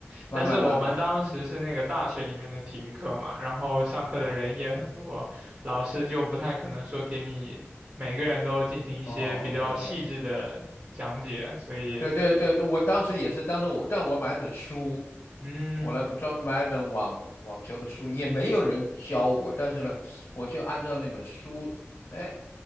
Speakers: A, on the left; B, on the right.
A: 慢慢慢慢，
B: 但是我们当时是那个大学里面的体育课嘛，然后上课的人也很多，
A: 哦
B: 老师就不太可能说给你每个人都进行一些比较细致的讲解，
A: 哦，对对对
B: 所以，
A: 对对对对，我当时也是，当时我但我买了本书，
B: 嗯，
A: 我来，我专门买一本网网球的书，也没有人教我，但是呢，我就按照那本书，哎，